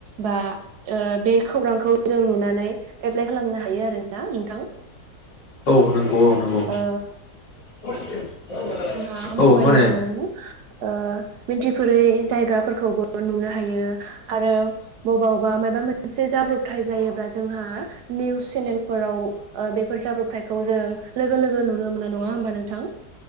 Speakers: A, on the right; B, on the left.
A: बा ओ बे खौरांखौ जों नुनानै नै एप्लाय खालामनो हायो आरोना नोंथां
B: औ नंगौ औ नंगौ।
A: ओ
B: <unintelligible>
A: जोंहा मबाइलजों
B: औ माने
A: ओ मिनथिफेरै जायगाफोरखौबो नुनो हायो आरो बबावबा माबा मोनसे जाब्रबथाय जायोब्ला जोंहा निउस चेनेल फोराव ओ बेफोर जाब्रबथायखौ जों लोगो-लोगो नुनो मोनो नङा होमबा नोंथां